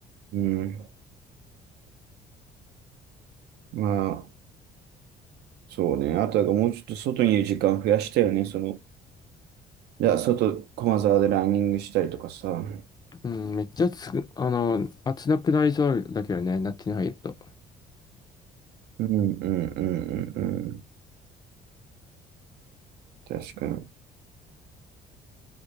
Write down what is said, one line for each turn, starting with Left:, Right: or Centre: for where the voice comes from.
Right: うん。まあ、そうね。あとはもうちょっと外にいる時間増やしたよね。その、じゃあ外、駒沢でランニングしたりとかさ。うん
Left: うん、めっちゃつく、あの、暑なくなりそうだけどね、夏に入ると。
Right: うんうんうんうん。確かに。